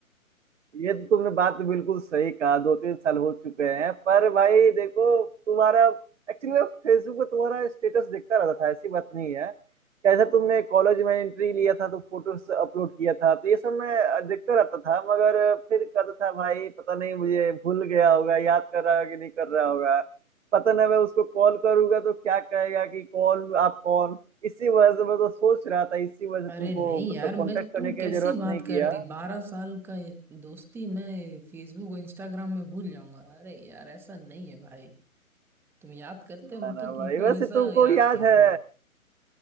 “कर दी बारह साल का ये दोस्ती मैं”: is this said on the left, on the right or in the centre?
Centre